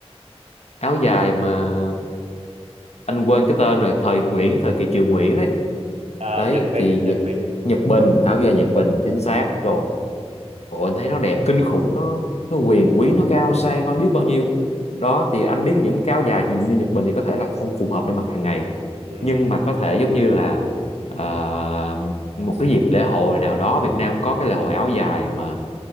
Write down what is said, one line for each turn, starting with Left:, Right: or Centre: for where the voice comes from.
Left: áo
Right: Ừ.
Left: dài mà anh quên cái tên rồi thời Nguyễn thời kỳ Triều Nguyễn đấy
Right: À,
Left: đấy
Right: Nhật Bình
Left: thì Nhật
Right: Nhật Bình
Left: Nhật Bình áo dài Nhật
Right: ừ.
Left: Bình chính xác rồi Ủa, anh thấy nó đẹp kinh khủng nó nó quyền quý nó cao sang bao biết bao nhiêu đó thì anh biết những cái áo dài truyền như Nhật Bình thì có thể là không phù hợp để mặc hàng ngày
Right: Ừ.
Left: nhưng mà có thể giống như là ờ, một cái dịp lễ hội nào đó Việt Nam có cái lễ hội áo dài mà